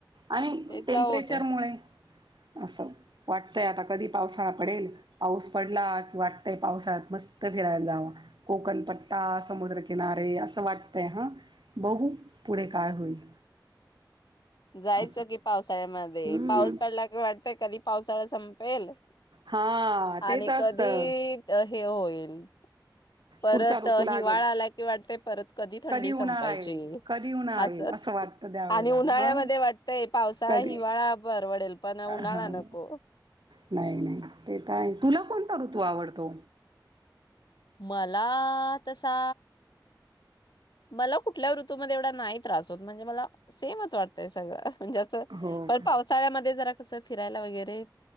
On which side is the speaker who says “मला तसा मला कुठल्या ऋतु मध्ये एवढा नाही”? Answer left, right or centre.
Left